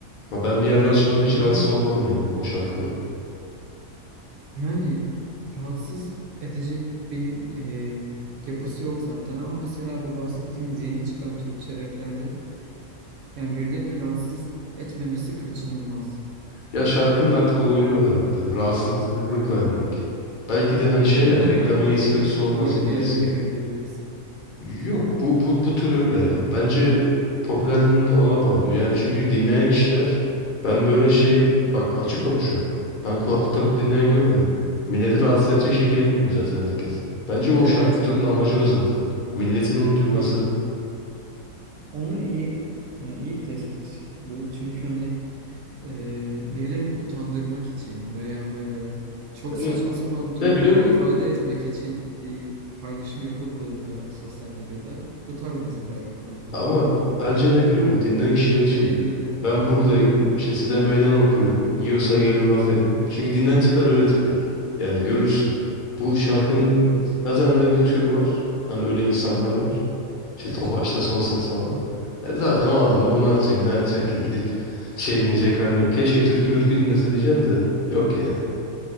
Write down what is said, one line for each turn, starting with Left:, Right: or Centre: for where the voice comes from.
Left: Ama ben bir yerde
Right: Gerçekten
Left: açılınca hiç
Right: öyle
Left: rahatsız
Right: yani.
Left: olmam yani o şarkılar.
Right: Yani rahatsız edecek bir e, yapısı yok zaten ama mesela bu bahsettiğimiz yeni çıkan Türkçe raplerde yani birilerini rahatsız etmemesi kaçınılmaz.
Left: Ya şarkının artık olayı o herhalde. Rahatsızlık vermek. Belki de hani şey
Right: <laughs>
Left: ya reklamın iyisi kötüsü olmaz
Right: Böyle
Left: bilirsin.
Right: bir yere mi evriliyor diyorsun?
Left: Yok bu, bu, bu tür öyle ya. Bence popülerliğini de ona bağlı. Yani çünkü dinleyen kişiler ben böyle şey bak açık konuşuyorum. Ben kulaklık takıp dinleyen görmedim. Milleti rahatsız edecek şekilde dinliyor zaten herkes. Bence o
Right: Evet,
Left: şarkı turun
Right: evet
Left: amacı
Right: bak o-
Left: o zaten. Milletin onu duyması.
Right: bak onu iyi yani iyi bir tespit bu çünkü hani e, birilerini utandırmak için veya böyle çok saçma
Left: Evet.
Right: sapan durumları
Left: Ne biliyor musun?
Right: ifade etmek için bir paylaşım yapıldığında sosyal medyada bu tarz müzikler kullanılıyor.
Left: Ama
Right: Hani
Left: bence ne biliyor musun? Dinleyen kişiler için
Right: sevildiğinden.
Left: diyorum. Ben buradayım,
Right: Heh.
Left: işte size meydan okuyorum. Yiyorsa gelin laf edin. Çünkü dinleyen tipler öyle tipler. Yani görürsün. Bu şarkının
Right: Evet.
Left: zaten öyle bir tür var. Hani öyle insanlar var. İşte
Right: Gerçekten
Left: Tofaş'ta son ses falan. E zaten o adam da bunu atacak. Ne atacak ki? Gidip şey dinleyecek hali yok. Keşke türkü mürkü dinlese diyeceğim de. Yok yani.